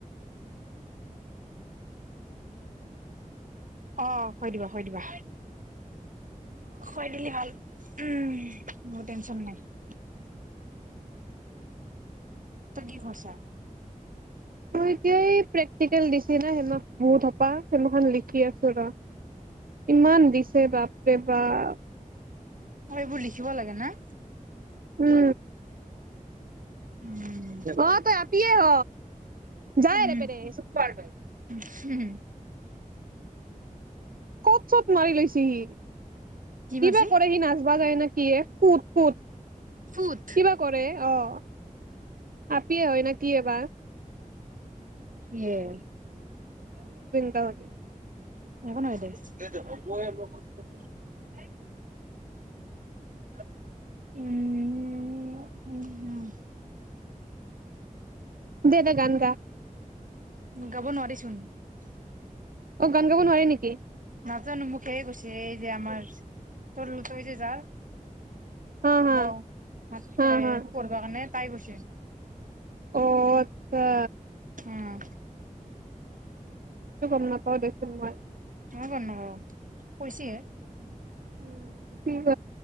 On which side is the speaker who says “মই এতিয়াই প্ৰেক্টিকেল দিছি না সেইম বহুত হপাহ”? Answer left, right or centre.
Right